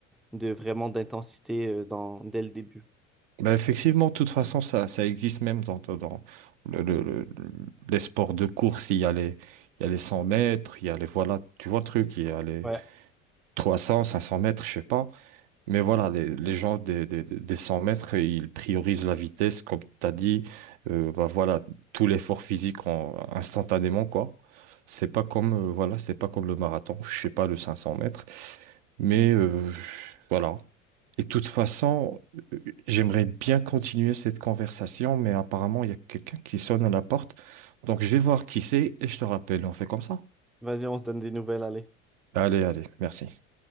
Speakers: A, in the centre; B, on the right.
A: de vraiment d'intensité euh, dans, dès le début.
B: Bah effectivement, de toute façon, ça, ça existe même dans, dans, dans le, le- le- les sports de course. Il y a les, il y a les 100 mètres, il y a les, voilà, tu vois le truc, il y a les
A: Ouais.
B: trois cents cinq cents mètres, je sais pas. Mais voilà, les, les gens des, des, des 100 mètres, ils priorisent la vitesse, comme tu as dit, euh, bah voilà, tout l'effort physique en- instantanément, quoi. C'est pas comme, euh, voilà, c'est pas comme le marathon, je sais pas, le 500 mètres. Mais euh, voilà. Et de toute façon, euh, j'aimerais bien continuer cette conversation, mais apparemment, il y a quelqu'un qui sonne à la porte. Donc, je vais voir qui c'est et je te rappelle, on fait comme ça.
A: Vas-y, on se donne des nouvelles, allez.
B: Allez, allez, merci.